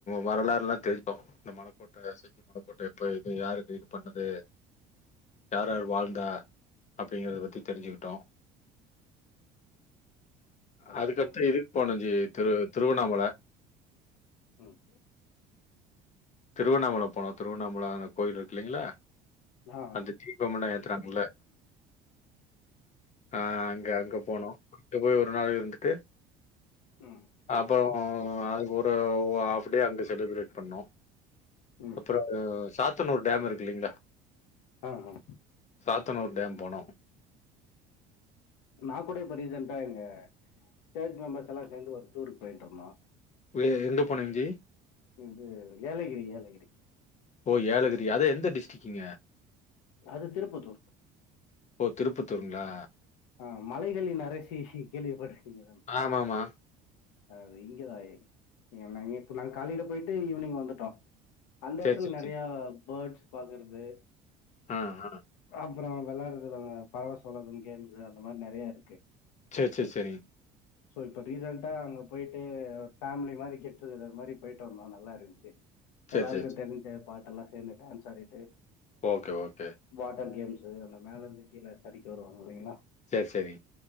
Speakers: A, on the left (about 40°); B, on the left (about 85°).
A: வரலாறுல்லா தெரிஞ் கோ இந்த மலக் கோட்ட செஞ்சி மலைக்கோட்ட இப்ப இது யாரு இது பண்ணது யார்யாரு வாழ்ந்தா அப்படிங்கறத பத்தி தெரிஞ்சுக்கிட்டோ அதுக்குக்டுத்து
B: ஓகே ஓகே
A: இதுக் போணோ ஜி திரு திருவண்ணாமல
B: ம்
A: திருவண்ணாமல போனோ திருவண்ணாமல கோயில் இருக்கில்லிங்ளா
B: ஆ ஆ.
A: அந்த தீபம்ன்னா ஏத்றாங்க இல்ல ஆ அங்க அங்க போனோ அங்க போய் ஒரு நாள் இருந்துட்டு
B: ம்
A: அப்பா அதுக் ஒரு ஹாஃப் டே அங்க செலிப்ரேட் பண்ணோ
B: ம்
A: அப்புறோ சாத்தனூர் டேம் இருக் இல்லிங்ளா
B: ஆ ஆ
A: சாத்தனூர் டேம் போனோ
B: நா கூட இப்போ ரீசண்ட்டா எங்க சர்ச் மெம்பர்ஸ்ல்லா சேர்ந்து ஒரு டூருக்கு போய்ட்ருந்தோ
A: வெளியே எங்க போனிங் ஜி
B: இது ஏலகிரி ஏலகிரி
A: ஓ ஏலகிரியா அது எந்த டிஸ்ட்ரிக்ங்க
B: அது திருப்பத்தூர்
A: ஓ திருப்பத்தூருங்களா
B: ஆ மலைகளின் அரசி கேள்விப்பட்டுருக்கீங்கதான
A: ஆமா ஆமா
B: அ இங்கதா ஏன் நாங்க இப்போ நாங்க காலையில போயிட்டு ஈவினிங் வந்துட்டோ அந்த
A: சரி,
B: எத்துட்ல
A: சரி,
B: நறயா
A: சரி.
B: போர்ட்ஸ் பாக்குறது
A: ஆ, ஆ.
B: அப்புறோ விளயாட்ற்றதுல்லா <unintelligible> கேம்ஸ் அந்த மாரி நறைய இருக்கு
A: சேர் செரி செரிங்
B: ஸோ இப்போ ரீசண்டா அங்க போய்ட்டு ஒரு ஃபேமிலி மாரி கெட்டுகதர் மாரி போயிட்டு வந்தோ நல்லா இருந்துச்சு
A: சரி,
B: எல்லாருக்கூ
A: சரி, சரி.
B: தெரிஞ்ச பாட்டெல்லா சேர்ந்து டான்ஸ் ஆடிட்டு
A: ஓகே ஓகே
B: வாட்டர் கேம்ஸ் அந்த மேல இருந்து கீல சரிக்கி வரூ இல்லிங்களா
A: சரி, சரி.